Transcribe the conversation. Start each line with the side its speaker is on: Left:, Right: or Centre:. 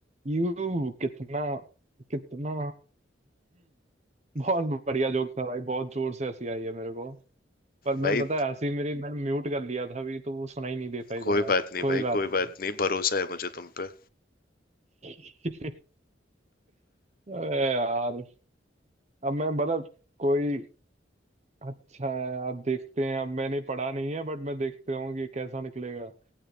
Right: यू कितना कितना बहुत बढ़िया जोक था भाई बहुत जोर से हंसी आई है मेरे को पर
Left: भाई
Right: मैं पता है हंसी मेरी मैंने म्यूट कर लिया था अभी तो वो सुनाई नहीं दे पाई
Left: कोई
Right: तो मैं
Left: बात नहीं
Right: कोई
Left: भाई
Right: बात
Left: कोई बात
Right: नहीं
Left: नहीं भरोसा है मुझे तुम पे
Right: <laughs> अरे यार अब मैं बता कोई अच्छा है यार देखते हैं अब मैंने पढ़ा नहीं है बट मैं देखते हूँ कि कैसा निकलेगा